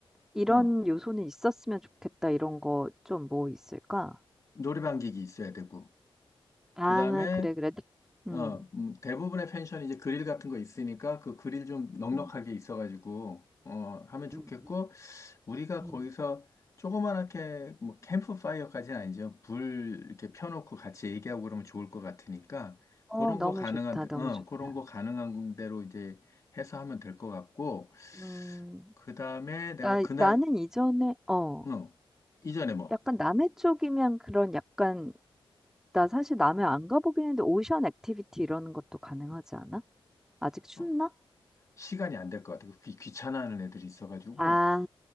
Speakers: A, in the centre; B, on the left (about 30°).
A: 이런
B: 응,
A: 요소는 있었으면 좋겠다. 이런 거 좀 뭐 있을까?
B: 노래방 기기 있어야 되고,
A: 아,
B: 그 다음에,
A: 그래 그래. 음.
B: 어, 음, 대부분의 펜션이 이제 그릴 같은 거 있으니까 그 그릴 좀 넉넉하게
A: 음.
B: 있어가지고, 어, 하면 좋겠고,
A: 음. 음.
B: 우리가
A: 음.
B: 거기서 조그맣게 뭐 캠프파이어까지는 아니죠. 불 이렇게 펴놓고 같이 얘기하고 그러면 좋을 것 같으니까
A: 어,
B: 그런
A: 너무
B: 거 가능한,
A: 좋다.
B: 데-
A: 너무
B: 어,
A: 좋다.
B: 그런 거 가능한 대로 이제 해서 하면 될 것 같고
A: 음,
B: 그 다음에 내가
A: 나,
B: 그날,
A: 나는 이전에, 어,
B: 어, 이전에 뭐
A: 약간 남해 쪽이면 그런 약간, 나 사실 남해 안 가보긴 했는데, 오션 액티비티 이런 것도 가능하지 않아? 아직 춥나?
B: 어, 시간이 안될 것 같아요. 귀, 귀찮아하는 애들이 있어가지고
A: 아,